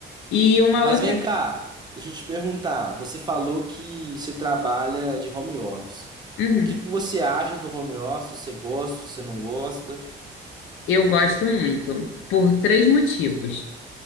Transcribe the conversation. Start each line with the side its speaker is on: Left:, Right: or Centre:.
Left: E uma
Right: Mas
Left: outra.
Right: vem cá, deixa eu te perguntar. Você falou que você trabalha de home office.
Left: Uhum.
Right: O que que você acha do home office? Você gosta, você não gosta?
Left: Eu gosto muito, por três motivos.